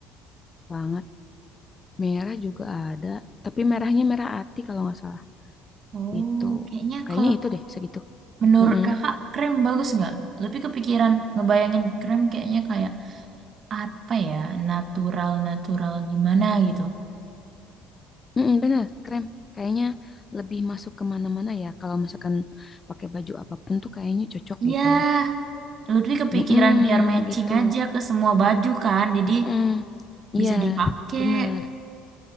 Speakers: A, on the left (about 25°); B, on the right (about 45°).
A: banget. Merah juga ada, tapi merahnya merah ati kalau nggak salah
B: Oh,
A: gitu.
B: kayaknya
A: Kayaknya
B: kalau
A: itu deh segitu.
B: menurut
A: Mm-mm.
B: kakak krem bagus nggak? Lebih kepikiran ngebayangin krem kayaknya kayak apa ya, natural-natural gimana gitu.
A: Mm-mm, bener, krem. Kayaknya lebih masuk kemana mana ya. Kalau misalkan pakai baju apapun tuh kayaknya cocok
B: Ya,
A: gitu.
B: lebih kepikiran
A: Mm-mm,
B: biar matching
A: gitu.
B: aja ke semua baju kan, jadi
A: Mm-mm. Iya,
B: bisa dipakai.
A: bener.